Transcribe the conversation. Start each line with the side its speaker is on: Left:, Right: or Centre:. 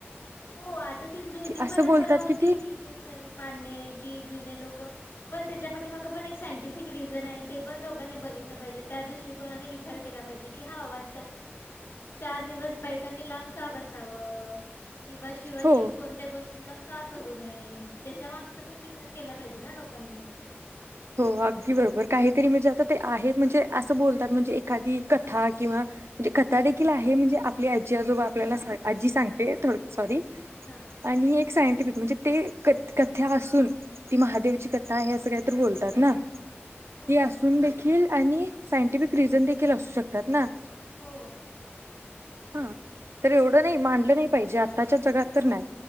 Left: हो, आता ती जुनी परंपरा
Right: असं बोलतात
Left: होती.
Right: कि ती
Left: ठीक ए चल, मान्य ए की जुने लोकं पण त्याच्या पाठीमागे मग पण एक सायंटिफिक रिझन हे, ते पण लोकांनी बघितलं पाहिजे, त्या दृष्टिकोनाने विचार केला पाहिजे. कि हा बाबा, चा चार दिवस बायकांनी लांब का बसावं? किंवा शिवा
Right: हो
Left: शिव कोण त्या गोष्टीला का करू नये, त्याच्या मागचा पण विचार केला पाहिजे ना लोकांनी
Right: हो अगदी बरोबर. काहीतरी म्हणजे आता ते आहे, म्हणजे असं बोलतात म्हणजे एखादी कथा किंवा कथा देखील आहे म्हणजे आपली आजी आजोबा आपल्याला सांग, आजी सांगते थोडक्या सॉरी.
Left: हा.
Right: आणि एक सायंटिफिक म्हणजे, ते क कथा असून, ती महादेवची कथा आहे, असं काहीतरी बोलतात ना,
Left: हो
Right: ती असून देखील आणि सायंटिफिक रिझन देखील असू शकतात ना?
Left: हो.
Right: हा, तर एवढं नाई, मानलं नई पाहिजे, आत्ताच्या जगात तर नाय.